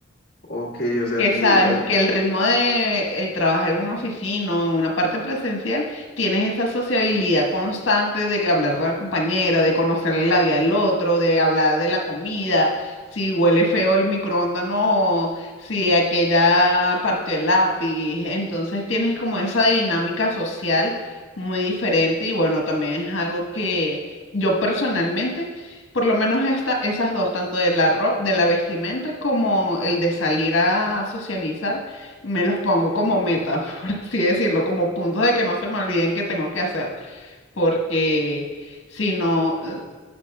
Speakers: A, on the left (about 50°); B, on the left (about 90°).
A: Ok, o sea,
B: que
A: a ti,
B: sabes
A: ah,
B: que el ritmo de eh, trabajar en una oficina o en una parte presencial, tienes esa sociabilidad constante de que hablar con el compañero, de conocerle la vida al otro, de hablar de la comida, si huele feo el microondas, no, si aquella partió el lápiz. Entonces tienes como esa dinámica social muy diferente y bueno, también es algo que yo personalmente... Por lo menos esta, esas dos, tanto de la ropa, de la vestimenta como el de salir a socializar, me los pongo como meta, <laughs> por así decirlo, como puntos de que no se me olviden que tengo que hacer, porque si no, eh,